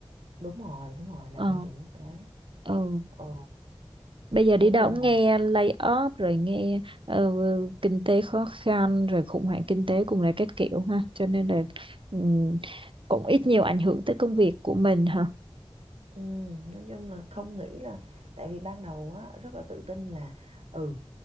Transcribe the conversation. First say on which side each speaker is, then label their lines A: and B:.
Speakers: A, on the right; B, on the right.
A: đúng rồi đúng rồi làm
B: Ờ,
A: bên trường quốc tế
B: ừ.
A: ờ,
B: Bây giờ
A: nói
B: đi đâu
A: chung
B: cũng
A: là
B: nghe lay off rồi nghe ờ, kinh tế khó khăn rồi khủng hoảng kinh tế cùng là các kiểu ha. Cho nên là ừ, cũng ít nhiều ảnh hưởng tới công việc của mình hả?
A: ừ, nói chung là không nghĩ là tại vì ban đầu á rất là tự tin là ừ